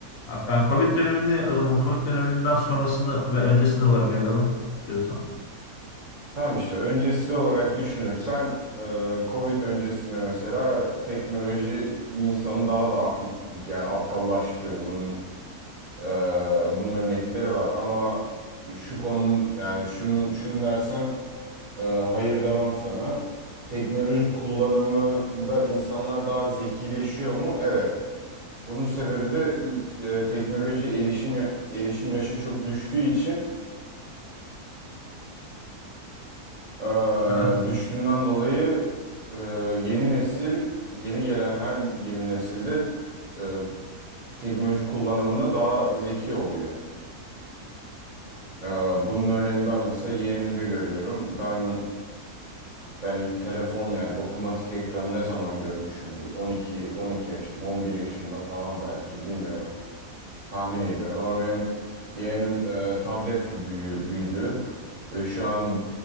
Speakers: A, on the left; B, on the right.
A: Yani Covid dönemini o zaman Covid döneminden sonrasını ve öncesini olarak ayıralım istiyorsan.
B: Tamam işte öncesi olarak düşünürsen e, Covid öncesine mesela teknoloji insanı daha da ak- yani aptallaştırıyordu. Bunun e, bunun örnekleri var ama şu konu yani şun şunu dersen Ee, hayır demem sana. Teknoloji kullanımında insanlar daha zekileşiyor mu? Evet. Bunun sebebi de in- e, teknolojiye erişim ya- erişim yaşı çok düştüğü için e,
A: Evet.
B: düştüğünden dolayı e, yeni nesil, yeni gelen her yeni nesilde e, teknoloji kullanımında daha zeki oluyor. E, bunun örneğini ben mesela yeğenimde görüyorum. Ben Ben ilk telefon yani dokunmatik ekranı ne zaman görmüşümdür? 12, 12 yaşım, 11 yaşımda falan belki bilmiyorum. Tahmin ediyorum ama benim yeğenim e, tabletle büyü, büyüdü ve şu an